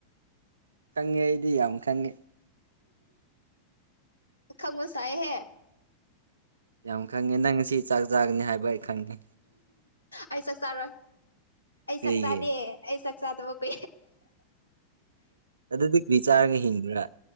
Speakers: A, on the right; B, on the left.
A: ꯈꯪꯉꯦ ꯑꯩꯗꯤ ꯌꯥꯝ ꯈꯪꯉꯦ
B: ꯈꯪꯕꯁꯥꯏꯍꯦ
A: ꯌꯥꯝ ꯈꯪꯉꯦ ꯅꯪ ꯉꯁꯤ ꯆꯥꯛ ꯆꯥꯒꯅꯤ ꯍꯥꯏꯕ ꯑꯩ ꯈꯪꯉꯦ
B: ꯑꯩ ꯆꯛ ꯆꯥꯔꯣꯏ ꯑꯩ
A: ꯀꯔꯤꯒꯤ
B: ꯆꯥꯛ ꯆꯥꯗꯦ ꯑꯩ ꯆꯛ ꯆꯗꯕ ꯀꯨ
A: ꯑꯗꯨꯗꯤ ꯀ꯭ꯔꯤ ꯆꯔꯒ ꯍꯤꯡꯕ꯭ꯔꯥ